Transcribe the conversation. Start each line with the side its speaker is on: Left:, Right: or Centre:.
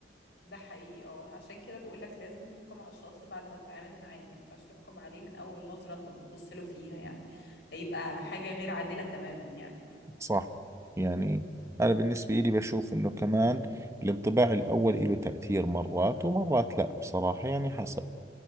Left: ده حقيقي اه عشان كده بقول لك لازم تحكم على الشخص بعد ما تتعامل معاه ما ينفعش تحكم عليه من اول نظرة انت بتبص له فيها يعني هيبقى حاجة غير عادلة تماما يعني
Right: صح يعني أنا بالنسبة لي بشوف إنه كمان الانطباع الأول له تأثير مرات ومرات لا بصراحة يعني حسب